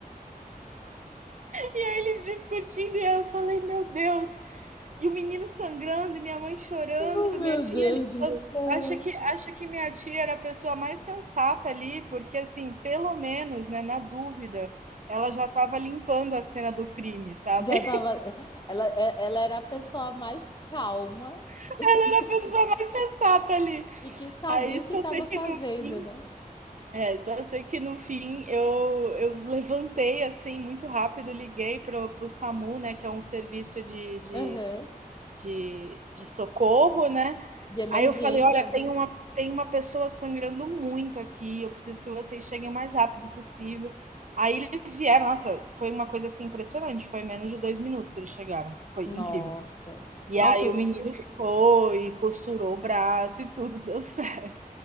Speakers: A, on the right (about 55°); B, on the left (about 30°).
A: E aí eles discutindo, e aí eu falei, meu Deus. E o menino sangrando, e minha mãe chorando,
B: Oh, meu
A: minha tia
B: Deus
A: ligando.
B: do céu.
A: Acha que, acha que minha tia era a pessoa mais sensata ali, porque assim, pelo menos, né, na dúvida, ela já estava limpando a cena do crime, sabe?
B: Já tava. Ela, é- ela era a pessoa mais calma
A: <laughs>
B: <laughs>
A: Ela era a pessoa
B: e, que
A: mais sensata ali.
B: e que sabia
A: Aí
B: o
A: só
B: que estava
A: sei que
B: fazendo,
A: no fim,
B: né?
A: é, só sei que no fim eu, eu levantei assim muito rápido, liguei pro, pro SAMU, né, que é um serviço de, de
B: Aham.
A: de, de socorro, né?
B: De emergência,
A: Aí eu falei: olha,
B: né?
A: tem uma, tem uma pessoa sangrando muito aqui, eu preciso que vocês cheguem o mais rápido possível. Aí eles vieram, nossa, foi uma coisa assim impressionante, foi menos de dois minutos eles chegaram, foi
B: Nossa.
A: incrível. E
B: Nossa,
A: aí o menino foi, costurou o braço e tudo <laughs> deu certo.